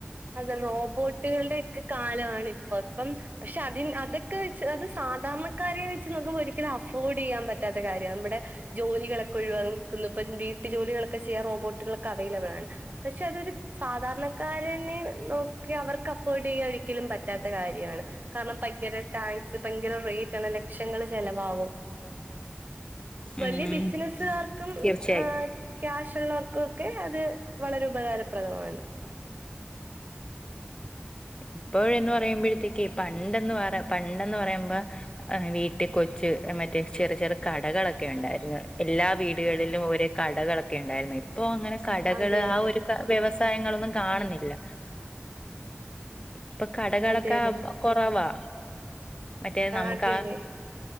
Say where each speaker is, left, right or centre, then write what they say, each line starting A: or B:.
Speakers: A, on the right; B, on the left.
A: അത് റോബോട്ടുകളുടെയൊക്കെ കാലവാണ് ഇപ്പം ഇപ്പം പക്ഷെ അതിൻ അതൊ ക്കെ വെച്ച് അത് സാധാരണക്കാരെ വെച്ച് നോക്കുമ്പോ ഒരിക്കലും അഫോർഡ്‌ ചെയ്യാൻ പറ്റാത്ത കാര്യാണ് നമ്മുടെ ജോലികളൊ ക്കെ ഒഴിവാക്കുന്നു ഇപ്പോ വീട്ടു ജോലികളൊക്കെ ചെയ്യാൻ റോബോട്ടുകളൊക്കെ അവൈലബിളാണ് പക്ഷെ അതൊരു സാ ധാരണക്കാരനെ നോക്കി അവർക്ക് അഫോർഡ് ചെയ്യാൻ ഒരിക്കലും പറ്റാത്ത കാര്യവാണ് കാരണം ഭയങ്കര ടാക്സ് ഭയങ്കര റേറ്റാണ് ലക്ഷങ്ങള് ചെലവാകും വല്ല്യ
B: ഉം
A: ബിസിനസുകാർക്കും
B: തീർച്ചയായും
A: ആ ക്യാഷാ യിട്ടുള്ളവർക്കൊക്കെ അത് വളരെ ഉപകാരപ്രദമാണ്
B: ഇപ്പോഴെന്ന് പറയുമ്പോഴത്തേക്ക് പണ്ടെന്ന് പറ പണ്ടെന്ന് പറയുമ്പ ആ വീട്ടി കൊച്ച് മറ്റേ ചെറു ചെറു കടകളൊക്കെ ഉണ്ടായിരുന്നു എല്ലാ വീടുകളിലും ഒരേ കടകളൊക്കെ ഉണ്ടായിരുന്നു ഇ പ്പോ അങ്ങനെ കടകള്
A: അതെ അതെ
B: ആ ഒരു ക വ്യവസായങ്ങളൊന്നും കാണുന്നില്ല ഇപ്പ കടകളൊക്കെ
A: അതെ അതെ
B: ആ കൊറവാ മറ്റേ നമുക്ക്
A: അതെ
B: ആ
A: അതെ